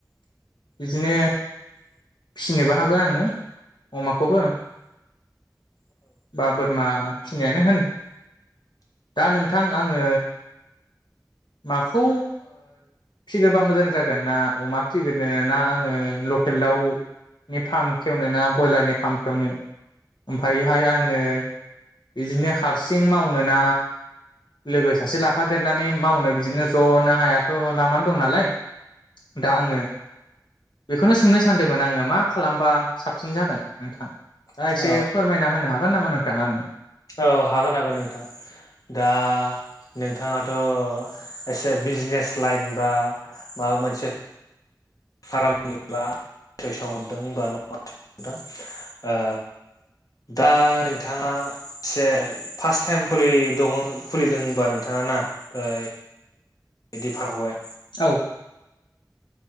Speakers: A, on the left (about 85°); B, on the left (about 55°).
A: बिदिनो फिनोबो हागोन आङो। अमाखौबो बा बोरमा फिनायानो होन दा नोंथां आङो माखौ फिग्रोबा ओ मोजां जागोन ना अमा फिगोरनोना आङो लकेल दाउनि फार्म खेवनो ना ब्रयलारनि फार्म खेवनो ओमफफ्रायहाय आङो बिदिनो हारसिं माव नोना लोगो सासे लाफादेरनानै मावनो बिदिनो ज'नो हाया थ' लामानो दं नालाय दा आङो बेखौनो सोंनो सानदोंमोन आङो मा मा खालामबा साबसिन जागोन नोंथां दा
B: औ
A: एसे
B: औ
A: फोरमायना होनो हागोन नामा नोंथां आंनो?
B: औ हागोन हागोन नोंथां। दा नोंथाङाथ' एसे बिजनेस लाइन बा माबा मोनसे खारामनिब्ला सयसोंहरदों होनबा <inaudible> ओ दा नोंथाङा एसे फार्स्ट टाइम खुलि दङ खुलिदोंबा नोंथाङा ना ओ बिदि फावबाय
A: औ